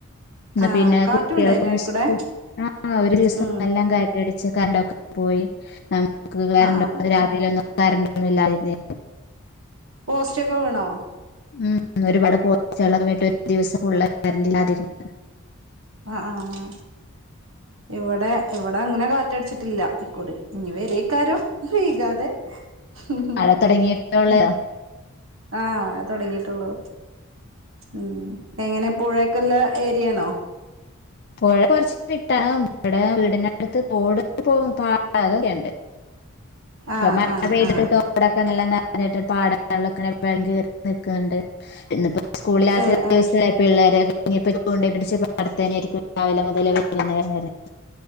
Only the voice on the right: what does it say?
ആഹ്
കാറ്റുണ്ടോ
അതിനഴിക്കൂടെ
ഉം
ആഹ് ആഹ്
പോസ്റ്റൊക്കെ വീണോ
ആഹ് ആഹ് ഇവടെ ഇവടെ അങ്ങനെ കാറ്റടിച്ചിട്ടില്ല ഇക്കുറി ഇനി വേരോക്കാരം വൈകാതെ ഹ് ഹ്
ഉ ആഹ് തൊടങ്ങീട്ടുള്ളൂ ഉംഎങ്ങനെ പുഴക്കല്ലെ ഏരിയേണോ
ആഹ്
ആഹ്
ആഹ്
കേ ആഹ്